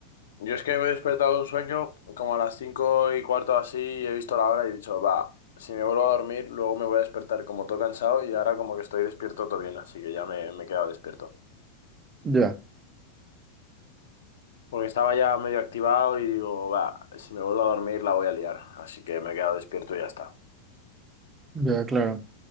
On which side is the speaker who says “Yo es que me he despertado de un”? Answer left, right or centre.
Left